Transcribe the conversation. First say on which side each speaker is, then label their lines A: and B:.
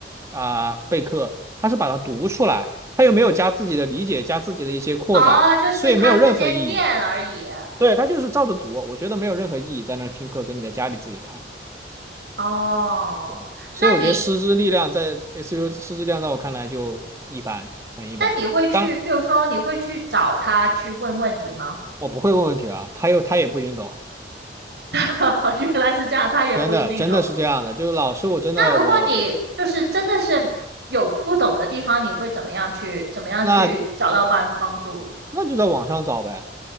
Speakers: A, on the right; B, on the right.
A: 啊备课，他是把它读出来，他又没有加自己的理解，加自己的一些扩展，
B: 哦，就是他直接念而已。
A: 所以没有任何意义。对，他就是照着读，我觉得没有任何意义，在那儿听课跟你在家里自己看。
B: 哦，
A: 对，所以我觉得师资力量在
B: 那你，
A: SU 师资力量在我看来就一般，很一般。
B: 那你会去，
A: 当
B: 譬如说，你会去找他去问问题吗？
A: 我不会问问题啊，他又他也不一定懂，
B: <laughs> 原来是这样，他也不一定懂。
A: 真的真的是这样的。就是老师，我真的我
B: 那如果你就是真的是有不懂的地方，你会怎么样去，怎么样去找到帮帮助？
A: 那就那就在网上找呗。